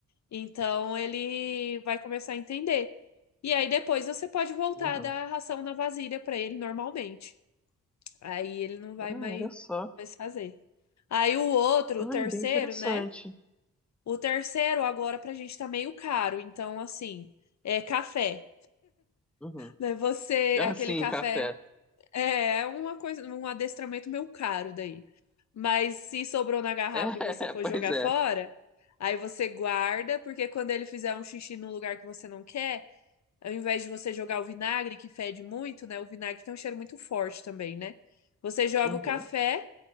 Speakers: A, on the left; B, in the centre.
A: Então ele vai começar a entender. E aí depois você pode voltar
B: Uhum.
A: a dar a ração na vasilha para ele normalmente. Aí ele não vai
B: Ah,
A: mais,
B: olha só.
A: mais fazer. Aí o outro,
B: Olha,
A: o terceiro,
B: bem interessante.
A: né? O terceiro agora pra gente tá meio caro, então assim, é café,
B: Uhum.
A: né? Você,
B: Ah,
A: aquele
B: sim,
A: café
B: café.
A: é é uma coisa, um adestramento meio caro daí. Mas se sobrou na garrafa
B: É,
A: e você for
B: <laughs> pois
A: jogar
B: é.
A: fora, aí você guarda, porque quando ele fizer um xixi num lugar que você não quer, ao invés de você jogar o vinagre, que fede muito, né? O vinagre tem um cheiro muito forte também, né? Você joga
B: Uhum.
A: o café